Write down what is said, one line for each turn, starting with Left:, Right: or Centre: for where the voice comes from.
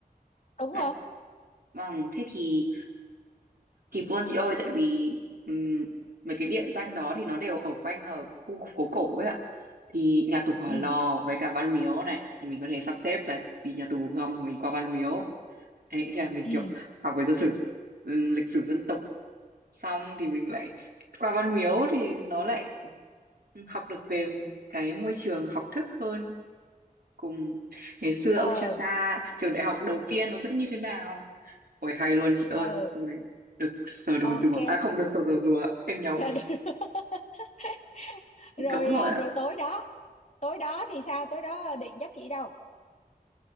Left: đúng
Right: Hai-
Left: rồi
Right: Vâng, thế thì kịp luôn chị ơi tại vì ừm, mấy cái địa danh đó thì nó đều ở quanh ở khu phố cổ ấy ạ thì nhà tù Hỏa
Left: ừ
Right: Lò với cả Văn Miếu này thì mình có thể sắp xếp là đi nhà tù xong rồi mình qua Văn Miếu đấy thì là mình
Left: ừ
Right: kiểu học về dân sử ừm, lịch sử dân tộc xong thì mình lại qua Văn Miếu thì nó lại học được về cái môi trường học thức hơn cùng ngày xưa
Left: ờ
Right: ông cha ta trường đại học đầu tiên nó sẽ như thế nào Ôi hay luôn chị ơi.
Left: ờ
Right: Ôi, được sờ đầu
Left: ok
Right: rùa. À không, được sờ đầu rùa. Em nhầm.
Left: Sao được? <laughs>
Right: Em
Left: rồi
Right: Cấm rồi
Left: à,
Right: ạ.
Left: rồi tối đó tối đó thì sao tối đó định dắt chị đâu